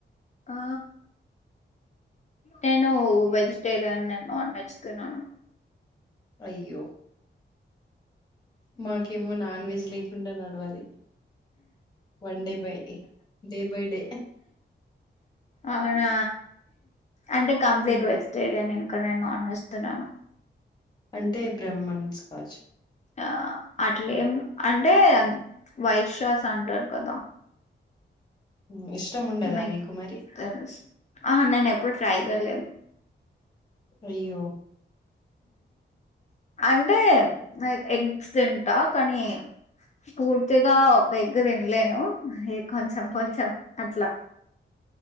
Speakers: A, on the left (about 40°); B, on the left (about 20°).
A: ఆ నేను వెజిటేరియన్ నేను నాన్ వెజ్ తినను
B: అయ్యో మాకేమో నాన్ వెజ్ లేకుండా నడవాలి one day by day by day
A: అవునా అంటే కంప్లీట్
B: హ్మ్.
A: వెజిటేరియన్ ఇంకా నేను ఎస్తునాను
B: అంటే బ్రహ్మన్స్ కాచ్చు
A: ఆ అట్లేం అంటే వైశాస్ అంటారు కదా
B: హ్మ్. ఇష్టం ఉండదా
A: మే
B: మీకు మరి
A: స్ ఆహా నేను ఎప్పుడు ట్రై చేయలేదు
B: అయ్యో
A: అంటే ఎగ్స్ తింటా కానీ పూర్తిగా ఒక ఎగ్ తినలేను ఏ కొంచెం కొంచెం అట్లా